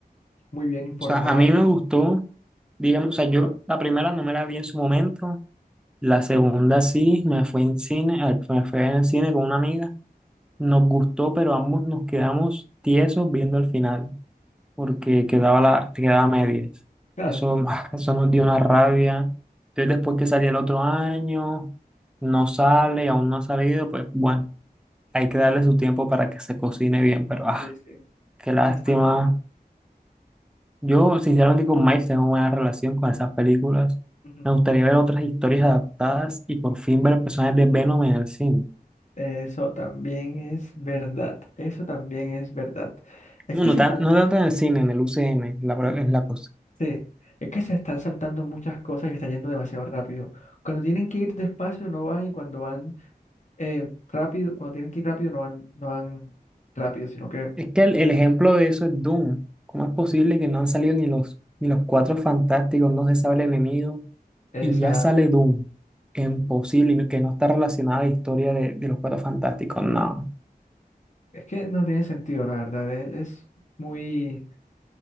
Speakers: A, on the left; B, in the centre.
A: muy bien informada.
B: O sea, a mí me gustó, digamos, o sea, yo
A: Ah,
B: la primera no me la vi en su momento, la segunda sí, me fue en cine, al- me fue en el cine con una amiga, nos gustó, pero ambos nos quedamos tiesos viendo el final, porque quedaba la, quedaba a medias.
A: claro,
B: Eso, <sighs> eso nos dio una rabia. Entonces, después que salió el otro año, no sale, aún no ha salido, pues bueno, hay que darle su tiempo para que se cocine bien, pero ah,
A: sí, sí.
B: qué lástima.
A: Exacto.
B: Yo, sinceramente, con Miles tengo buena relación con esas películas.
A: Ujú.
B: Me gustaría ver otras historias adaptadas y por fin ver personajes de Venom en el cine.
A: Eso también es verdad, eso también es verdad. Es
B: No,
A: que
B: no,
A: se
B: tan-
A: están
B: no tanto en el cine, en el UCM, la, pro- es la cosa.
A: Sí, es que se están saltando muchas cosas y está yendo demasiado rápido. Cuando tienen que ir despacio no van y cuando van eh, rápido, cuando tienen que ir rápido no van, no van rápido, sino que
B: Es que el, el ejemplo de eso es Doom. ¿Cómo es posible que no han salido ni los, ni los cuatro fantásticos, no se sabe el enemigo,
A: esa,
B: y ya sale Doom? Es imposible, y no- que no está relacionada la historia de, de los cuatro fantásticos, no.
A: es que no tiene sentido, la verdad. Es, es muy,